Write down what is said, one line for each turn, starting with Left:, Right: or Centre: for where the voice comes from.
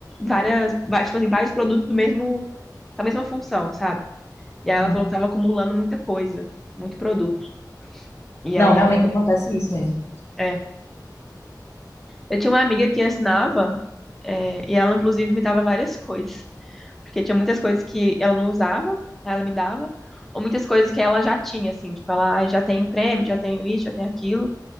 Centre: várias. va- Tipo assim, vários produtos do mesmo. Com a mesma função, sabe? E
Left: uhum.
Centre: aí ela falou que estava acumulando muita coisa, muito produto. E
Left: Não,
Centre: aí
Left: realmente
Centre: ela não.
Left: acontece isso mesmo.
Centre: É. Eu tinha uma amiga que ensinava, é, e ela inclusive me dava várias coisas. Porque tinha muitas coisas que ela não usava, aí ela me dava, ou muitas coisas que ela já tinha, assim, tipo, ela "Ai, já tenho o creme, já tenho isso, já tenho aquilo.